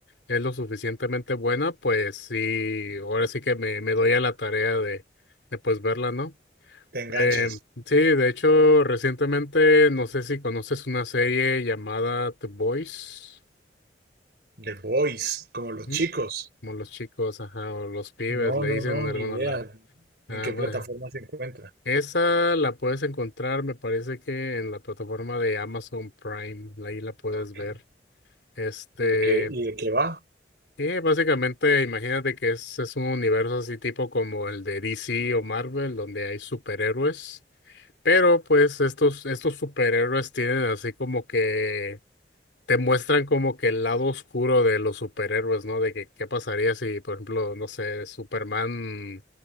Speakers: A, on the left; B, on the right.
A: es lo suficientemente buena, pues sí, ahora sí que me, me doy a la tarea de, de pues verla, ¿no?
B: ¿Te enganchas?
A: Eh, sí, de hecho, recientemente, no sé si conoces una serie llamada The Boys,
B: The Boys, como los
A: ¿m?
B: chicos.
A: como los chicos, ajá, o los pibes,
B: No,
A: le
B: no,
A: dicen
B: no,
A: en
B: ni
A: algunos
B: idea
A: lados. Ah,
B: en qué plataforma
A: bueno.
B: se encuentra.
A: Esa la puedes encontrar, me parece que en la plataforma de Amazon Prime, ahí la puedes
B: Ok.
A: ver. Este,
B: ¿Y de qué, y de qué va?
A: y básicamente, imagínate que es, es un universo así tipo como el de DC o Marvel, donde hay superhéroes. Pero pues estos, estos superhéroes tienen así como que te muestran como que el lado oscuro de los superhéroes, ¿no? De que qué pasaría si, por ejemplo, no sé, Superman